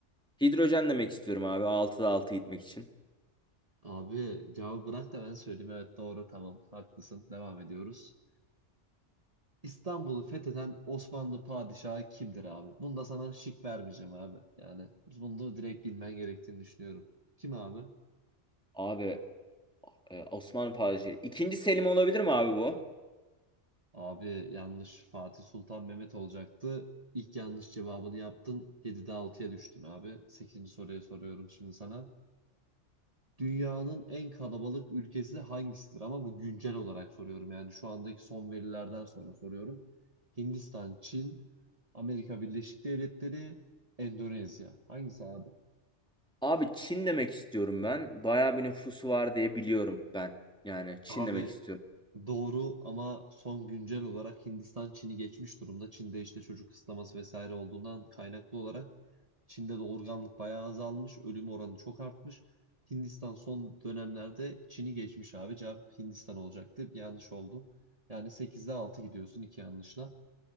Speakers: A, in the centre; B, on the right.
A: Hidrojen demek istiyorum abi. Altıda 6 gitmek için.
B: Abi cevabı bırak da ben söyleyeyim. Evet doğru tamam haklısın. Devam ediyoruz. İstanbul'u fetheden Osmanlı padişahı kimdir abi? Bunu da sana şık vermeyeceğim abi. Yani bunu da direkt bilmen gerektiğini düşünüyorum. Kim abi?
A: Abi Ee, Osmanlı padişahı. İkinci Selim olabilir mi abi bu?
B: Abi yanlış Fatih Sultan Mehmet olacaktı. İlk yanlış cevabını yaptın. Yedide altıya düştün abi. Sekizinci soruyu soruyorum şimdi sana. Dünyanın en kalabalık ülkesi hangisidir? Ama bu güncel olarak soruyorum. Yani şu andaki son verilerden sonra soruyorum. Hindistan, Çin, Amerika Birleşik Devletleri, Endonezya. Hangisi abi?
A: Abi Çin demek istiyorum ben. Bayağı bir nüfusu var diye biliyorum ben. Yani Çin
B: Abi
A: demek istiyorum.
B: doğru ama son güncel olarak Hindistan Çin'i geçmiş durumda. Çin'de işte çocuk kısıtlaması vesaire olduğundan kaynaklı olarak Çin'de de organlık bayağı azalmış. Ölüm oranı çok artmış. Hindistan son dönemlerde Çin'i geçmiş abi. Cevap Hindistan olacaktı. yanlış oldu. Yani sekizde 6 gidiyorsun iki yanlışla.